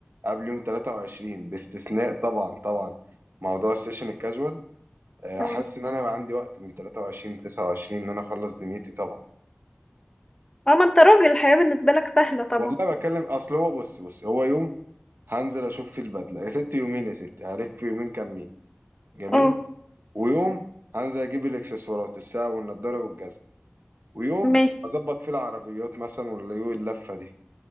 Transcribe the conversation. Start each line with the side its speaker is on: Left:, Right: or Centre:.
Right: قبل يوم 23 باستثناء طبعا طبعا موضوع السيشن الكاجوال آه،
Left: اه
Right: حاسس ان انا بقى عندي وقت من 23 ل 29 ان انا اخلص دنيتي طبعا
Left: اه ما انت راجل الحياه بالنسبه لك سهله طبعا
Right: والله بكلم اصل هو بص بص هو يوم هنزل اشوف فيه البدله يا ستي يومين يا ستي هلف يومين كاملين جميل
Left: اه
Right: ويوم هنزل اجيب الاكسسوارات الساعه والنضاره والجزمه ويوم
Left: ماشي
Right: هظبط فيه العربيات مثلا ولا يوم اللفه دي